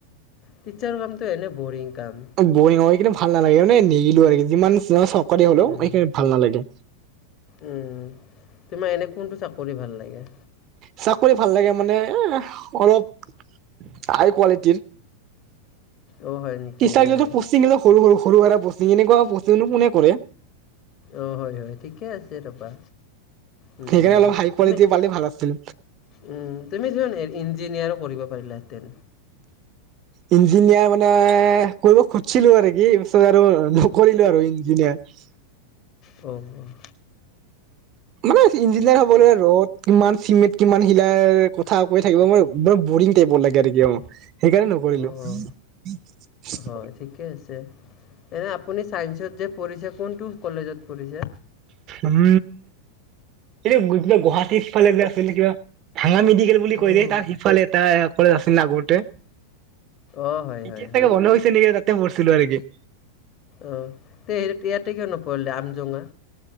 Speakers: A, on the left (about 35°); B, on the right (about 35°).
A: তেতিয়াৰ কাম হলে ব'ৰিং। কাম
B: অ', বৰিং হয় কিন্তু ভাল নালাগে মানে নিগিলো আৰু যিমান চব কৰে হলেও
A: উম,
B: এইখিণি ভাল নালাগে।
A: উম। তোমাৰ এনে কোনটো চাকৰি ভাল লাগে?
B: চাকৰি ভাল লাগে মানে অলপ হাই কোৱালিটিৰ।
A: অঁ হয় নেকি
B: টিচাৰ
A: মানে
B: গিলা প'ষ্টিং সৰু, সৰু, সৰু ভৰা প'ষ্টিং এনেকুৱা প'ষ্টিংনো কোনে কৰে?
A: অ', হয় হয় ঠিকে আছে তাৰপা। উম,
B: সেইকাৰণে
A: উম,
B: অলপ হাই কোৱালিটি
A: তুমি
B: পালে ভাল আছিল
A: উম, তুমি ধৰ ইন ইঞ্জিনিয়াৰো কৰিব পাৰিলা হেঁতেন।
B: ইঞ্জিনিয়াৰ মানে কৰিব খুজিছিলোঁ আৰু কি তাৰ পিছত আৰু নকৰিলো আৰু ইঞ্জিনিয়াৰ।
A: অ', অ',
B: মানে ইঞ্জিনিয়াৰ হ'বলৈ ৰ'দ কিমান চিমেট কিমান শিলাৰ কথা কৈ থাকিব মই মই বৰিং টাইপৰ লাগে আৰু কিবা মক। সেইকাৰণে নকৰিলোঁ।
A: অঁ হয় ঠিকে আছে এনে আপুনি ছাইন্সত যে পঢ়িছে কোনটো কলেজত পঢ়িছে?
B: উম, এ কিবা গুৱাহাটীৰফালে আছিলে যে কিবা। ভাঙা মেডিকেল বুলি কৈ
A: অঁ
B: যে, তাৰ সিফালে এটা কলে আছিল না আগতে।
A: অঁ হয় হয়
B: এতিয়া
A: হয়
B: চাগে বন্ধ হৈছে নেকি তাতে পঢ়ছিলো আৰু কি।
A: অ', তে ইয়াতে কিয় নপঢ়িলে আমজোঙা।